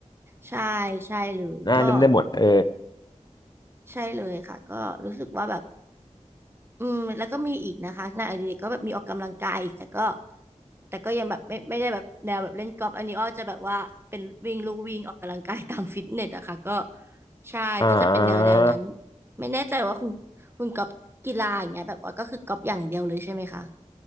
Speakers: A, on the right; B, on the left.
A: ใช่ใช่เลยก็
B: น่าเล่นได้หมดเออ
A: ใช่เลยค่ะก็รู้สึกว่าแบบอืมแล้วก็มีอีกนะคะงานอดิเรกก็แบบมีออกกำลังกายอีกแต่ก็ แต่ก็ยังแบบไม่ไม่ได้แบบแนวแบบเล่นกอล์ฟอันนี้อ้อจะแบบว่าเป็นวิ่งลู่วิ่งออกกำลังกายตามฟิตเนสอะค่ะก็ใช่ก็จะเป็นแนวแนวนั้น
B: อ่า
A: ไม่แน่ใจว่าคุณคุณกอล์ฟกีฬาอย่างเงี้ยแบบว่าก็คือกอล์ฟอย่างเดียวเลยใช่ไหมคะ